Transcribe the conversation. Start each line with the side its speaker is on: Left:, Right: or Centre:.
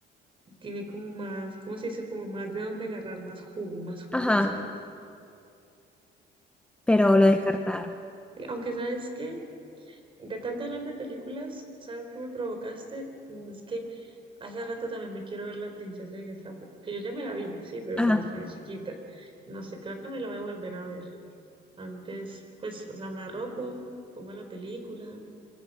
Right: tiene como más, ¿cómo se dice? Como más de dónde agarrar, más jugo, más jugo,
Centre: Ajá,
Right: ¿sabes?
Centre: pero
Right: Entonces,
Centre: lo descartaron.
Right: y aunque sabes que de tanto hablar de películas, ¿sabes qué me provocaste? Mm, Es que hace rato también me quiero ver La princesa y el sapo, que yo ya me la vi, sí, pero
Centre: Ajá,
Right: cuando estaba chiquita, no sé, creo que me la voy a volver a ver. Antes, pues, o sea, me arropo, pongo la película